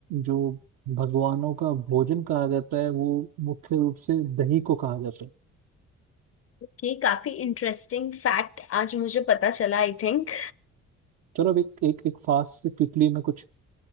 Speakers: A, on the right; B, on the left.
A: जो भगवानों का भोजन कहा जाता है वो मुख्य रूप से दही को कहा जाता है
B: ओके काफी इंटरेस्टिंग फैक्ट आज मुझे पता चला आई थिंक
A: चलो अब एक एक, एक फास्ट से क्विकली मैं कुछ